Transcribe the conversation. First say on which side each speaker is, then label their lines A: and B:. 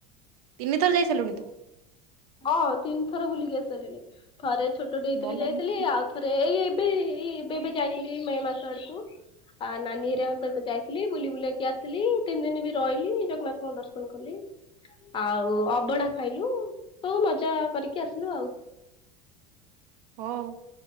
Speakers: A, on the right (about 70°); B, on the left (about 25°).
A: ତିନିଥର ଯାଇସାରିଲୁଣି ତୁ?
B: ହଁ ତିନି ଥର ବୁଲିକି ଆସାରିଲିଣି। ଥରେ ଛୋଟ ଟେ ହେଇଥିଲି
A: ଭଲ
B: ଯାଇଥିଲି
A: ହୁଁ,
B: ଆଉ ଥରେ ଏଇ ଏଇ ବେବି ଯାଇଥିଲି ମେ ମାସ ଆଡକୁ ଆ ନାନୀ ଯାହା ସହିତ ଯାଇଥିଲି ବୁ ବୁଲକ ଆସି ଥିଲ ତିନି ଦିନ ବି ରହିଲି ଜଗନ୍ନାଥଙ୍କ ଦର୍ଶନ କଲି ଆଉ ଅବଢା ଖାଇଲୁ। ହଉ ମଜା କରିକି ଆସିଲୁ ଆଉ।
A: ହଉ।